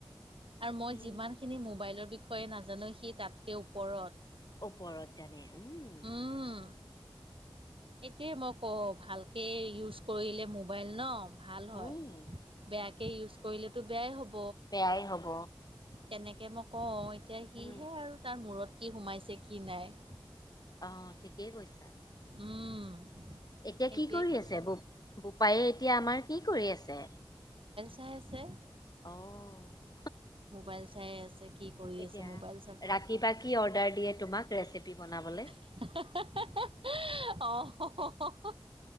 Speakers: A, on the right; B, on the left.
A: আৰু মই
B: ই
A: যিমানখিনি মোবাইলৰ বিষয়ে নাজানো সি তাতকে ওপৰত।
B: ওপৰত জানে। উম
A: উম। এইটোৱে মই কওঁ ভালকে ইউজ কৰিলে মোবাইল লম। ভাল হয়।
B: উম
A: বেয়াকৈ ইউজ কৰিলেতো বেয়াই হ'ব।
B: বেয়াই হ'ব।
A: কেনেকৈ মই কওঁ এতিয়া সিহে
B: উম
A: আৰু তাৰ মূৰত কি সোমাইছে কি নাই।
B: অহ' ঠিকেই কৈছা।
A: উম।
B: এতিয়া
A: সেইটোৱে
B: কি কৰি
A: কথা
B: আছে? বো বোপায়ে এতিয়া আমাৰ কি কৰি আছে?
A: তাই আছে?
B: অ'।
A: মোবাইল চাই আছে কি? কৰি
B: এতিয়া
A: আছে মোবাইল চাব
B: ৰাতি বা কি অৰ্ডাৰ দিয়ে তোমাক ৰেচিপি বনাবলৈ।
A: হা হা হা হা হা অ হ হ হ হ